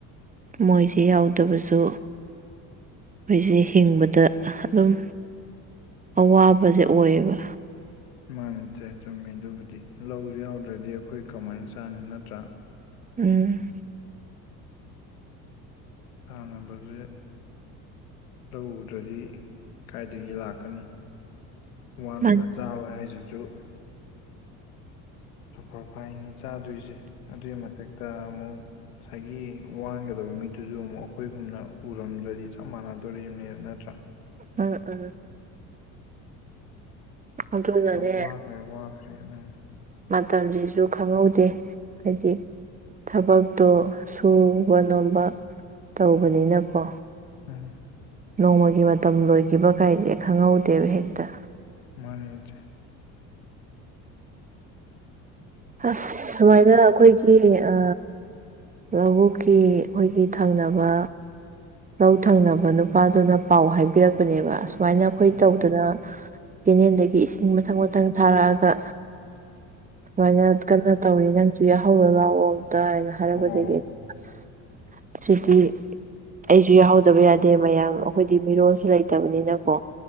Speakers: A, on the right; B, on the left.
A: ꯃꯣꯏꯁꯦ ꯌꯥꯎꯗꯕꯁꯨ ꯑꯈꯣꯏꯖꯦ ꯍꯤꯡꯕꯗ ꯑꯗꯨꯝ ꯑꯋꯥꯕꯖꯦ ꯑꯣꯏꯌꯦꯕ
B: ꯃꯥꯅꯦ ꯆꯦ ꯆꯨꯝꯃꯤ ꯑꯗꯨꯕꯨꯗꯤ ꯂꯧꯖꯦ ꯌꯥꯎꯗ꯭ꯔꯗꯤ ꯑꯈꯣꯏ ꯀꯃꯥꯏꯟ ꯆꯥꯅꯤ ꯅꯠꯇ꯭ꯔꯥ
A: ꯎꯝ
B: ꯍꯥꯟꯅꯕꯖꯦ ꯂꯧ ꯎꯗ꯭ꯔꯗꯤ ꯀꯥꯏꯗꯒꯤ ꯂꯥꯛꯀꯅꯤ ꯋꯥꯂꯒ
A: ꯃꯥꯅꯤ
B: ꯆꯥꯕ ꯍꯥꯏꯖꯤꯖꯨ ꯁꯨꯄꯔ ꯐꯥꯏꯅꯤ ꯆꯥꯗꯣꯏꯖꯦ ꯑꯗꯨꯏ ꯃꯊꯛꯇ ꯑꯃꯨꯛ ꯉꯁꯥꯏꯒꯤ ꯋꯥꯟꯒꯗꯕ ꯃꯤꯗꯨꯖꯨ ꯑꯃꯨꯛ ꯑꯈꯣꯏꯒꯨꯝꯅ ꯎꯔꯝꯗꯔꯗꯤ ꯆꯞ ꯃꯥꯟꯅꯗꯣꯔꯤꯕꯅꯦꯕ ꯅꯠꯇ꯭ꯔꯥ
A: <unintelligible> ꯑꯗꯨꯅꯅꯦ
B: ꯌꯥꯝ ꯋꯥꯈ꯭ꯔꯦ ꯋꯥꯈ꯭ꯔꯦ ꯎꯝ
A: ꯃꯇꯝꯖꯤꯖꯨ ꯈꯪꯍꯧꯗꯦ ꯍꯥꯏꯗꯤ ꯊꯕꯛꯇꯣ ꯁꯨꯕ ꯅꯣꯝꯕ ꯇꯧꯕꯅꯤꯅꯀꯣ
B: ꯎꯝ
A: ꯅꯣꯡꯃꯒꯤ ꯃꯇꯝ ꯂꯣꯏꯈꯤꯕ ꯀꯥꯏꯖꯦ ꯈꯪꯍꯧꯗꯦꯕ ꯍꯦꯛꯇ
B: ꯃꯥꯅꯦ ꯆꯦ
A: ꯑꯁ ꯁꯨꯃꯥꯏꯅ ꯑꯈꯣꯏꯒꯤ ꯑ ꯂꯧꯕꯨꯛꯀꯤ ꯑꯈꯣꯏꯒꯤ ꯊꯪꯅꯕ ꯂꯧ ꯊꯪꯅꯕ ꯅꯨꯄꯥꯗꯨꯅ ꯄꯥꯎ ꯍꯥꯏꯕꯤꯔꯛꯄꯅꯦꯕ ꯁꯨꯃꯥꯏꯅ ꯑꯈꯣꯏ
B: ꯎꯝ
A: ꯇꯧꯗꯅ ꯀꯦꯅꯦꯟꯗꯒꯤ ꯏꯁꯤꯡ ꯃꯊꯪ ꯃꯊꯪ ꯊꯥꯔꯛꯑꯒ ꯁꯨꯃꯥꯏꯅ ꯀꯟꯅ ꯇꯧꯔꯤ ꯅꯪꯖꯨ ꯌꯥꯍꯧꯔꯣ ꯂꯥꯎꯋꯣ ꯑꯝꯇ ꯍꯥꯏꯅ ꯍꯥꯏꯔꯛ
B: ꯑꯣ
A: ꯕꯗꯒꯤ ꯑꯁ ꯊ꯭ꯔꯤꯗꯤ ꯑꯩꯖꯨ ꯌꯥꯎꯍꯧꯗꯕ ꯌꯥꯗꯦ ꯃꯌꯥꯝ ꯑꯈꯣꯏꯗꯤ ꯃꯤꯔꯣꯜꯁꯨ ꯂꯩꯇꯕꯅꯤꯅꯀꯣ